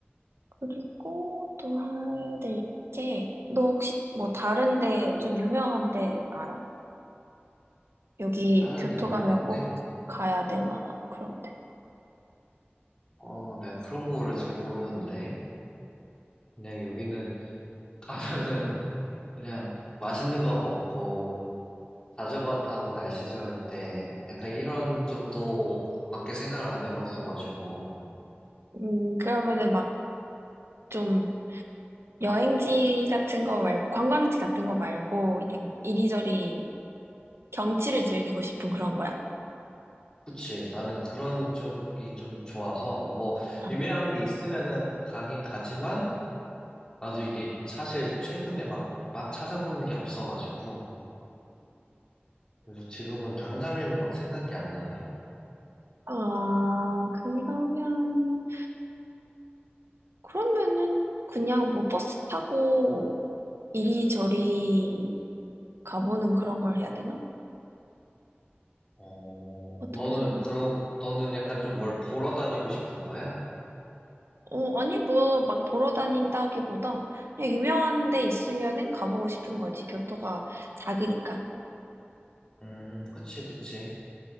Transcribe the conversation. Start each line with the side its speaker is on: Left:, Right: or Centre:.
Right: 그리고 또 해야 될 게, 너 혹시 뭐 다른 데 좀 유명한 데 알아? 여기
Left: 다른데
Right: 교토
Left: 유명한데?
Right: 가면 꼭 가야 될 만한 그런 데.
Left: 어, 내가 그런 거를 잘 모르는데. 그냥 여기는 <laughs> 가면은 그냥 맛있는 거 먹고 자전거 타고 날씨 좋을 때 약간 이런 정도밖에 생각을 안 해봤어가지고
Right: 음, 그러면은 막 좀 여행지 같은 거 말고 관광지 같은 거 말고 그냥 이리저리 경치를 즐기고 싶은 그런 거야.
Left: 그치 나는 그런 쪽이 좀 좋아서 뭐
Right: 어.
Left: 유명한 게 있으면은 가긴 가지만 나도 이게 사실 최근에 막 막 찾아보는 게 없어가지고 그래서 지금은 당장에는 막 생각이 안 나네.
Right: 아, 그러면 그러면은 그냥 뭐 버스 타고 이리저리 가보는 그런 걸 해야 되나?
Left: 어
Right: 어떻게
Left: 너는
Right: 생각해?
Left: 그러 너는 약간 좀 뭘 보러 다니고 싶은 거야?
Right: 어, 아니 뭐 막 보러 다닌다기보다 그냥 유명한 데 있으면은 가보고 싶은 거지. 교토가 작으니까.
Left: 음 그치 그치.